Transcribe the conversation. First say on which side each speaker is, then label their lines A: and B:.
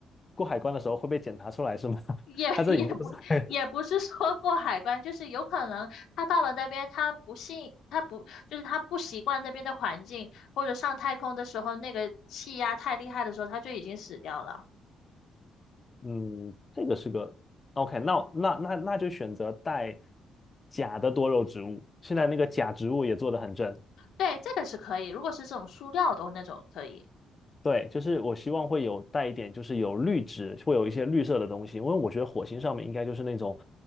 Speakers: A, on the left (about 25°); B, on the left (about 70°).
A: 过海关的时候会被检查出来是吗？
B: 也
A: <laughs>
B: <laughs>
A: 它这已经不是海，
B: 也不也不是说过海关，就是有可能他到了那边，他不信，他不就是他不习惯那边的环境，或者上太空的时候那个气压太厉害的时候，他就已经死掉了。
A: 嗯，这个是个 OK，那那那那就选择带假的多肉植物。现在那个假植物也做得很正，
B: 对，这个是可以。如果是这种塑料的那种可以，
A: 对，就是我希望会有带一点，就是有绿植，会有一些绿色的东西，因为我觉得火星上面应该就是那种，